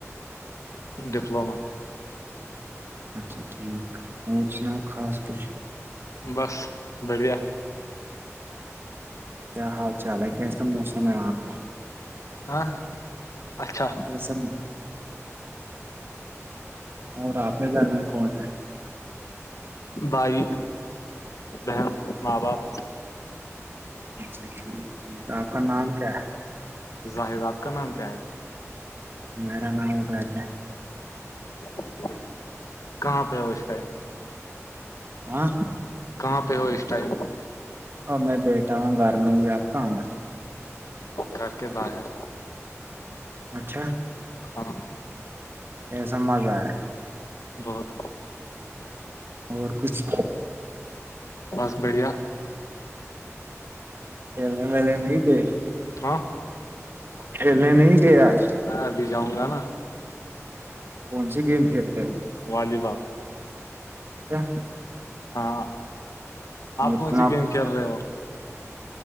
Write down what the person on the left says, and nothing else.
ڈپلوما
بس بڑیا
ہاں اچھا
بھائی بہن ماں باپ
ہاں
زاہد آپکا نام کیا ہے
ہے کہاں پہ ہو اس ٹائم
کہاں پہ ہو اس ٹائم
گھر کے باہر
کھاراب <unintelligible>
بہت
بس بڑھیا
ہاں
ابھی جاؤں گا نا
والی بالل
ہاں آپ
کون سی گیم
کھیل رہے ہو